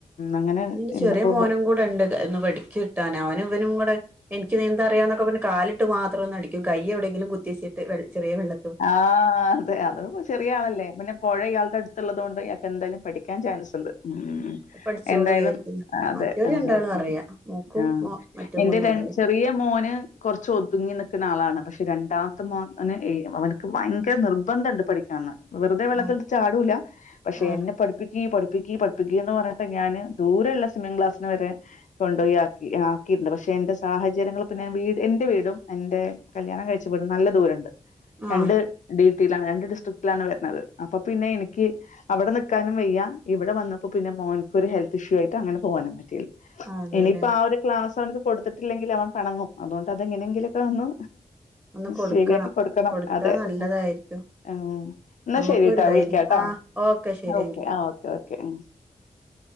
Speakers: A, on the left; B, on the right.
A: അങ്ങനെ
B: ഇന്റെ
A: ഇരുന്നപ്പോ
B: ചെറിയ മോനും
A: പ
B: കൂടെ ഉണ്ട് ഒന്ന് പടിച്ചു കിട്ടാന് അവനും ഇവനും കൂടെ എനിക്ക് നീന്താറിയാന്നൊക്കെ പറഞ്ഞ് കാലി ട്ട് മാത്രം ഒന്ന് അടിക്കും കയ്യ് എവിടെയെങ്കിലും കുത്തി വെച്ചിട്ട് ചെറിയ വെള്ള
A: ആഹ് അതെ അത് ചെറിയ ആളല്ലേ പിന്നെ പുഴ ഇയാൾടെ അടുത്തുള്ളത് കൊണ്ട് ഇയാക്ക് എന്തായാലും പഠിക്കാൻ ചാൻസ് ഉണ്ട് ഉം
B: പഠിച്ചോളൂ
A: എന്തായാലും
B: വിചാരിക്കുന്നു
A: അതെ
B: മറ്റോര്
A: അതെ
B: രണ്ടാളും അറിയാ മോക്കും
A: ആഹ്
B: മോ മറ്റേ
A: എന്റെ
B: മോനും
A: ടെൻ
B: അറിയാം
A: ചെ റിയ മോന് കൊറച്ച് ഒതുങ്ങി നിക്കണ ആളാണ് പക്ഷെ രണ്ടാമത്തെ മോൻ അങ്ങ് ഏ അവനക്ക് ഭയങ്കര നിർബന്ധണ്ട് പഠിക്കണന്ന് വെറുതെ വെള്ളത്തിൽ
B: ആഹ്
A: എടുത്ത് ചാടൂല്ല പക്ഷെ
B: ആഹ്
A: എന്നെ പഠിപ്പി ക്ക് പഠിപ്പിക്ക് പഠിപ്പിക്ക് എന്ന് പറഞ്ഞിട്ട് ഞാൻ ദൂരെയള്ള സിമ്മിംഗ് ക്ലാസിന് വരെ കൊണ്ടുപോയി ആക്കി ആക്കിണ്ട് പക്ഷെ എന്റെ സാഹചര്യങ്ങൾ പിന്നെ വീട് എന്റെ വീടും എന്റെ കല്യാണം കഴിച്ച വീടും നല്ല ദൂരണ്ട്
B: ആഹ്
A: രണ്ട് ഡിറ്റിലാണ് രണ്ട് ഡിസ്ട്രിക്റ്റിലാണ് വരുന്നത് അപ്പൊ പിന്നെ എനിക്ക് അവിടെ നിക്കാനും വയ്യാ ഇവിടെ വന്നപ്പോ പിന്നെ മോൻക്ക് ഒരു ഹെൽത്ത് ഇഷ്യൂ ആയിട്ട് അങ്ങനെ പോവാനും പറ്റിയില്ല
B: അതെല്ലേ
A: ഇനിയിപ്പൊ ആഹ് ഒരു ക്ലാസ് അവനക്ക് കൊടുത്തിട്ടില്ലെങ്കിൽ അവൻ പെണങ്ങും അതുകൊണ്ട് അത് എങ്ങനെങ്കിലൊക്കെ ഒന്ന്
B: ഒന്ന് കൊടുക്കണം
A: ശരിയാക്കി കൊടുക്കണം
B: കൊടുത്താ
A: അതെ
B: നല്ലതായിരിക്കും
A: ഉം എന്നാ
B: നമുക്കൊരു
A: ശെരിട്ടാ
B: ധൈര്യം
A: വിളിക്കാട്ടോ
B: ആഹ് ഓക്കെ ശരി
A: ഓക്കെ
B: എങ്കി
A: ആഹ് ഓക്കേ ഓക്കേ ഉം